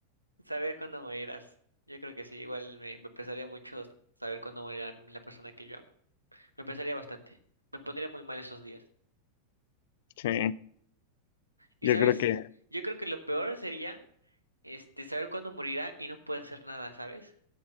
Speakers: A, on the right; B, on the left.
A: Saber cuándo morirás. Yo creo que sí, igual me, me pesaría mucho saber cuándo morirá la persona que yo amo. Me pesaría bastante. Me pondría muy mal esos días.
B: Sí,
A: Y
B: yo
A: sabes,
B: creo que
A: yo creo que lo peor sería este saber cuándo morirá y no puedes hacer nada, ¿sabes?